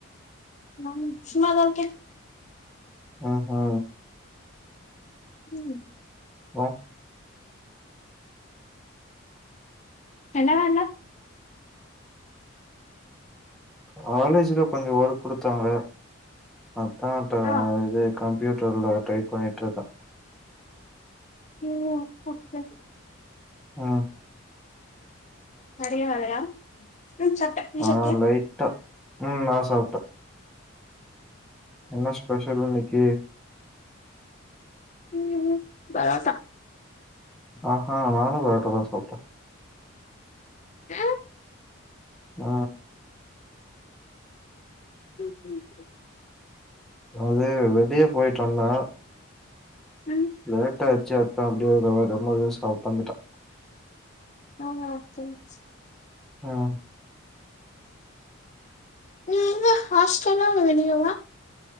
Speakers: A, on the left; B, in the centre.
A: நானு சும்மாதா இருக்கே.
B: ஆ ஹா
A: ம்
B: அப்றோ?
A: என்ன வேல?
B: காலேஜுல கொஞ்ச ஒர்க் குடுத்தாங்க. அதா இப்ப
A: ஆ
B: இது கம்ப்யூட்டர்ல டைப் பண்ணிட்ருக்கே.
A: <unintelligible> அப்ப செரி
B: ஆ
A: நெறைய வேலையா? ம் சாப்ட்டே நீ
B: ஆ
A: சாப்ட்டியா
B: லைட்டா. ம் நா சாப்ட்டே. என்ன ஸ்பெஷல் இன்னக்கி?
A: ம் ம் பரோட்டா.
B: ஆஹ்ஹா நானு பரோட்டாதா சாப்ட்டே.
A: ஆ
B: ஆ
A: <unintelligible>
B: அது வெளிய போயிட்டு வந்தே
A: ம்
B: லேட்டாயிட்ச்சு அதா அப்டியே <unintelligible> எதோ சாப்ட்டு வந்துட்டே
A: ஆஹா சேரி சே
B: ஆமா
A: நீ எங்க ஹாஸ்டலா இல்ல வெளியவா?